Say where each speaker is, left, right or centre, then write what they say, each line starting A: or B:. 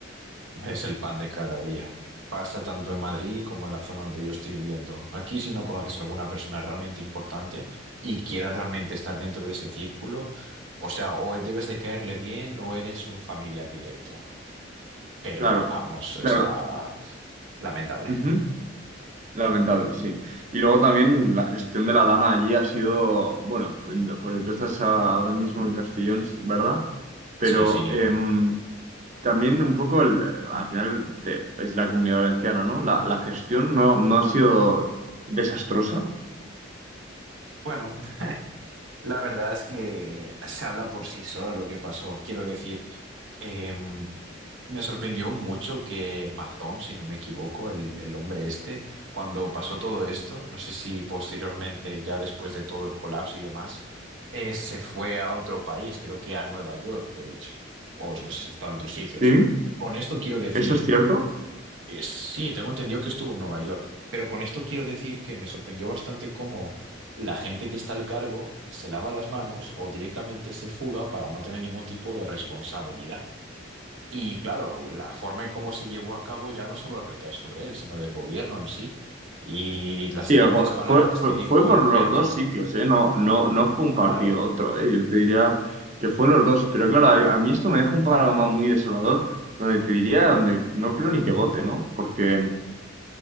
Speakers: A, on the right; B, on the right.
A: Es el pan de cada día. Pasa tanto en Madrid como en la zona donde yo estoy viviendo. Aquí, si no conoces a alguna persona realmente importante y quieras realmente estar dentro de ese círculo, o sea, o debes de caerle bien o eres un familiar directo. Pero
B: Claro,
A: vamos, o
B: claro.
A: sea, lamentable.
B: Ujú. Lamentable, sí. Y luego también la gestión de la Dana allí ha sido, bueno, porque tú estás ahora mismo en Castellón, ¿verdad? Pero
A: Sí, sí.
B: em, también un poco, el- al final te- es la comunidad valenciana, ¿no? La, la gestión no, no ha sido desastrosa.
A: Bueno, la verdad es que se habla por sí sola lo que pasó. Quiero decir, Em, me sorprendió mucho que Mazón, si no me equivoco, el, el hombre este, cuando pasó todo esto, no sé si posteriormente, ya después de todo el colapso y demás, eh, se fue a otro país, creo que a Nueva York, de hecho, o no sé si está en otros sitios.
B: Sí.
A: Con esto quiero decir,
B: Eso es cierto.
A: eh, sí, tengo entendido que estuvo en Nueva York, pero con esto quiero decir que me sorprendió bastante cómo la gente que está al cargo se lava las manos o directamente se fuga para no tener ningún tipo de responsabilidad. Y claro, la forma en cómo se llevó a cabo ya no solo recae sobre él, sino del gobierno en sí. Y las
B: Sí,
A: grandes
B: algo-
A: palabras
B: fue, fue,
A: que dijo
B: fue por
A: el
B: los
A: perro,
B: dos sitios, ¿eh? No, no, no fue un partido
A: claro,
B: otro, ¿eh? Yo te diría que fue los dos. Pero claro, a, a mí esto me deja un panorama muy desolador, donde te diría, donde no creo ni que vote, ¿no? Porque,